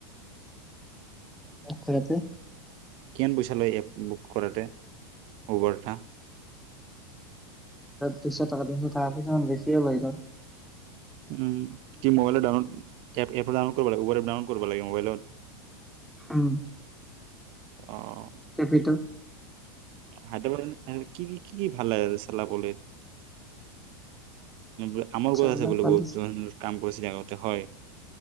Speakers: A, in the centre; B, on the right (about 45°).
A: <unintelligible>
B: কিমান পইচা লয় এপ বুক কৰাতে উবৰটা
A: দুইশ টাকা তিনিশ টাকা পইচা মান বেছি লয় সিহত
B: উম কি মোবাইলৰ ডাউনলোড এপ এপটো ডাউনলোড কৰিব লাগিব উবৰ ডাউনলোড কৰিব লাগিব মোবাইলত।
A: হোম
B: অ।
A: টেপিটো
B: হাইদৰাবাদ <unintelligible> কি, কি, কি, কি ভাল লাগে সালাবৰিত। আমৰ
A: চলনা
B: গছ আছে, বোলে
A: পালিছ
B: বহুত <unintelligible> কাম কৰি <unintelligible> হয়।